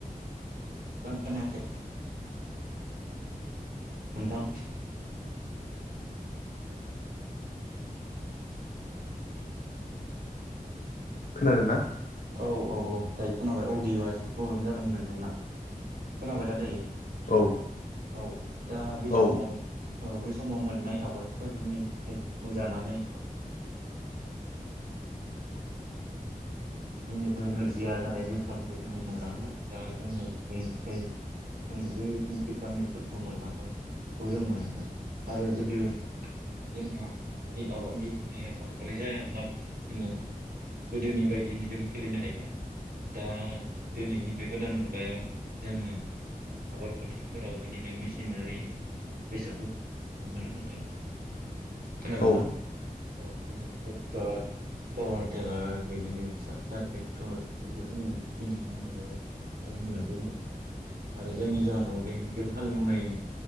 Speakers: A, on the right; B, on the left.
A: आं खोनायाखै नोंथां
B: खोनादों ना
A: औ औ औ दायो खोनाबाय अडिअआ एसे प्रब्लेम जादोंमोन नोंथांना खोनाबाय दा दायो।
B: औ
A: औ दा बै समाव
B: औ
A: ओ बै समाव मोननाय आबादफोरनि फिथाइफोरखौ जानानै <unintelligible> जोंनिबो नोरजिया जानाय जिवसाफोरखौ जोंङो मोनामोन दा जोंङो बेनिफ्राय जों जिख भिटामिनफोरखौ मोननांगौ बेखौ जों मोनामोन आरो गोदो जोंहा आबाद दिहन्थाया बांद्राय जायाब्लाबो जोंङो गोदोनि बायदि‌ बिनि जों सोलिनो हायोमोन दा दिनैनि बे गोदान मुगायाव जोंङो आबाद फोथारफोराव बिदिनो मेसिनारि बेसादफोरखौ नुनो मोनो नोंथां खोनादों
B: औ
A: ना। औ बिदिनो ट्रेक्टर पावार टेलार बिदिनो फिसा-फिसा ट्रेक्टर बेफोर जों दिनैनि मुगायाव हालेवनायखौ नुनो आरो जायनि जाहोनाव बे जों हालेवनाय